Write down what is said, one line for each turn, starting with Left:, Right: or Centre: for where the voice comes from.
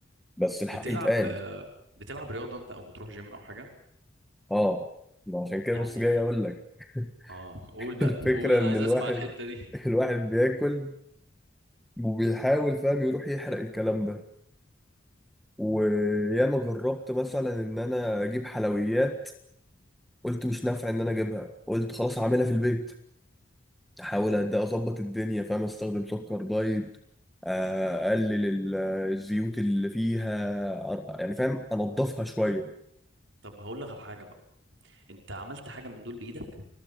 Centre: بس الحق
Right: بتلعب
Centre: يتقال
Right: آه، بتلعب رياضة انت او بتروح جيم او حاجة
Centre: اه ما عشان كده
Right: يعني
Centre: بص جاي أقول لك <laughs>
Right: اه قول بقى
Centre: الفكرة
Right: قول انا
Centre: إن
Right: عايز
Centre: الواحد
Right: اسمع الحتة دي
Centre: الواحد بياكل وبيحاول فاهم يروح يحرق الكلام ده وياما جربت مثلا ان انا اجيب حلويات قلت مش نافع ان انا اجيبها قلت خلاص هعملها في البيت احاول قد إيه اظبط الدنيا فاهم استخدم سكر دايت آه، اقلل ال- الزيوت اللي فيها أر- يعني فاهم انضفها شويه
Right: طب هقول لك على حاجه بقى انت عملت حاجه من دول بايدك